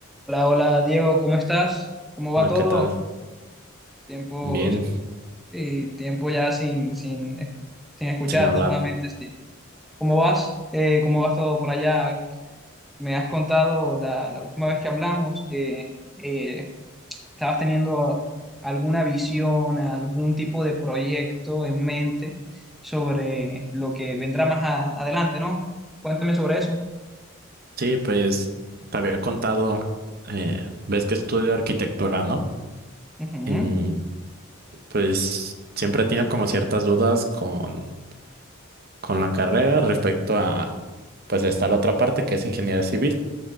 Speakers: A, in the centre; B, on the right.
A: Hola, hola Diego, ¿cómo estás? ¿Cómo va
B: Ah,
A: todo?
B: ¿qué tal?
A: Tiempos
B: Bien,
A: y tiempo ya sin, sin, sin escucharte
B: sin hablar.
A: nuevamente. Sí. ¿Cómo vas? Eh, ¿cómo vas todo por allá? Me has contado la, la última vez que hablamos que eh, estabas teniendo alguna visión, algún tipo de proyecto en mente sobre lo que vendrá más a- adelante, ¿no? Cuéntame sobre eso.
B: Sí, pues te había contado, eh, ves que estudio arquitectura, ¿no?
A: Ujú.
B: Y pues siempre he tenido como ciertas dudas con, con la carrera respecto a, pues está la otra parte que es ingeniería civil.